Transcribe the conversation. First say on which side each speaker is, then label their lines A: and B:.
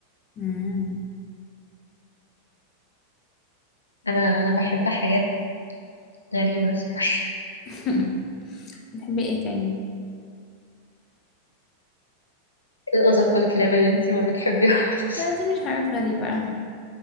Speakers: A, on the left (about 35°); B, on the left (about 75°).
A: مم.
B: انا انا بحب حاجات غريبة <laughs> شوية.
A: <laughs> بتحبي ايه تاني
B: القطط والكلاب اللي انتي ما بتحبيهاش
A: لا دي مش حاجات غريبة